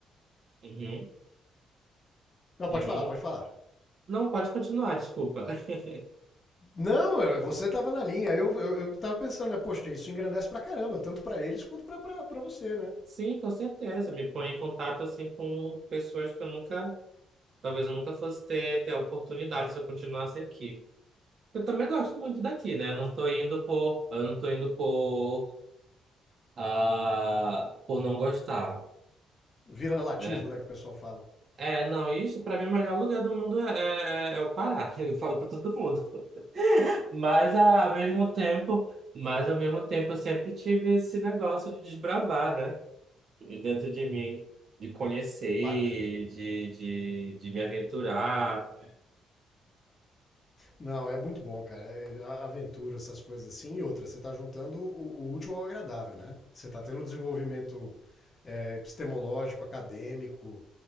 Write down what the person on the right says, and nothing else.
uhum,
uhum.
Não, pode continuar, desculpa. <laughs>
Sim, com certeza. Me põe em contato assim com pessoas que eu nunca Talvez eu nunca fosse ter, ter a oportunidade se eu continuasse aqui. Eu também gosto muito daqui, né? Eu não tô indo por, eu não tô indo por, ah, por não gostar,
né?
É, não, isso pra mim o melhor lugar do mundo é, é, é o Pará. <laughs> Eu falo pra todo mundo. Mas ah, ao mesmo tempo, mas ao mesmo tempo eu sempre tive esse negócio de desbravar, né? De Dentro de mim, de conhecer,
de, de, de me aventurar.